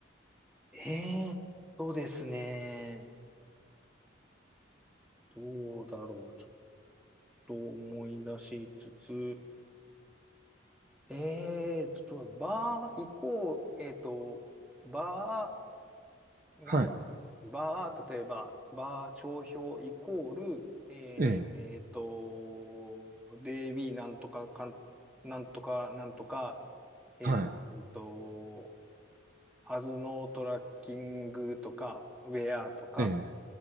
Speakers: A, in the centre; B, on the right.
A: えーっとですね、どうだろう。ちと思い出しつつ、えーと、バー行こう、えーと、バー、
B: はい。
A: なん、バー、例えば、バー帳票イコール、えー、
B: ええ。
A: えーと、デイビーなんとかかん、なんとか、なんとか、えーと、
B: は
A: アズノートラッキングとか、ウェアとか
B: い。ええ。